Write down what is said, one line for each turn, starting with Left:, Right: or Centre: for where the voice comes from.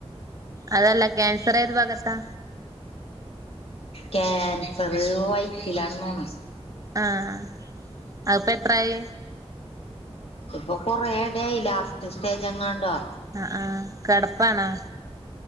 Right: അതല്ല കൻസർ ഏത് ഭാഗത്താ
Left: കൻസർ വയ്യറ്റിൽ തോണ്
Right: ആഹ് അതിപ്പോ എത്രായി
Left: തിപ്പൊ കൊറേടായി ലാസ്റ്റ് സ്റ്റേജ് എങ്ങാണ്ട്വാ
Right: ആഹ് ആഹ് കെടപ്പാണോ